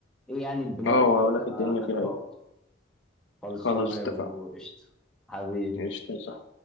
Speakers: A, in the centre; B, on the left.
A: ايه يعني البلاد
B: اه
A: اللي
B: واقول
A: انت
B: لك الدنيا
A: حاببها
B: فيها ايه
A: اكتر خلصانه
B: خلاص
A: يا
B: اتفقنا
A: برو قشطه حبيبي
B: ايش صح